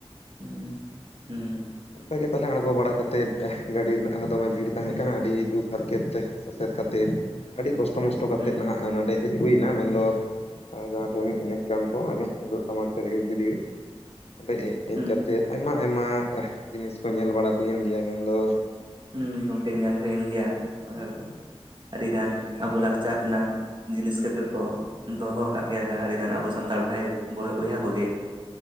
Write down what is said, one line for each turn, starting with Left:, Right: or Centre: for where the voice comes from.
Right: ᱦᱩᱸ ᱦᱩᱸ
Left: ᱚᱱᱠᱟ ᱜᱮ ᱛᱟᱞᱦᱮ ᱟᱬᱜᱚ ᱵᱟᱲᱟ ᱠᱟᱛᱮᱜ ᱜᱟᱹᱰᱤ ᱨᱮᱱᱟᱜ ᱦᱚᱸ ᱫᱚᱢᱮᱼᱼ ᱵᱷᱤᱲ ᱛᱟᱦᱮᱸ
Right: ᱦᱩᱸ
Left: ᱠᱟᱱᱟ ᱟᱹᱰᱤ ᱫᱩᱠ ᱦᱟᱨᱠᱮᱛ ᱛᱮ ᱥᱟᱥᱮᱛ ᱠᱟᱛᱮᱫ ᱟᱹᱰᱤ ᱠᱚᱥᱴᱚ ᱢᱚᱥᱴᱚ ᱠᱟᱛᱮᱫ
Right: ᱦᱩᱸ
Left: ᱱᱟᱦᱟᱜᱼᱼ ᱱᱚᱰᱮ ᱦᱮᱡ ᱦᱩᱭᱱᱟ ᱢᱮᱱ ᱫᱚ ᱡᱟᱦᱟᱸ ᱴᱷᱮᱱ ᱮᱱᱮᱡ ᱠᱟᱱ ᱠᱚ ᱮᱱᱮᱡᱼᱼ ᱛᱩᱢᱫᱟᱹᱜ ᱴᱟᱢᱟᱠ ᱥᱮ <unintelligible> ᱦᱤᱲᱵᱤᱫᱤᱲ ᱚᱸᱰᱮ ᱦᱮᱡ
Right: ᱦᱩᱸ
Left: ᱠᱟᱛᱮᱫ ᱟᱭᱢᱟ ᱟᱭᱢᱟ ᱡᱤᱱᱤᱥ ᱠᱚ ᱧᱮᱞ ᱵᱟᱲᱟ ᱦᱩᱭᱮᱱ ᱜᱮᱭᱟ ᱢᱮᱱ ᱫᱚᱼᱼ
Right: ᱦᱮᱸ ᱜᱚᱝᱠᱮ ᱧᱮᱞ ᱦᱩᱭ ᱮᱱ ᱜᱮᱭᱟ <unintelligible> ᱟᱹᱰᱤᱜᱟᱱ ᱟᱵᱚ ᱞᱟᱠᱪᱟᱨ ᱱᱟᱝ ᱡᱤᱱᱤᱥ ᱠᱚ ᱜᱮ ᱠᱚᱼᱼ ᱫᱚᱦᱚ ᱟᱠᱟᱫ ᱜᱮᱭᱟ ᱟᱹᱰᱤᱜᱟᱱ ᱟᱵᱚ ᱥᱟᱱᱛᱟᱲ ᱵᱷᱟᱭ ᱵᱚᱭᱦᱟ ᱠᱚ ᱜᱮᱼᱼ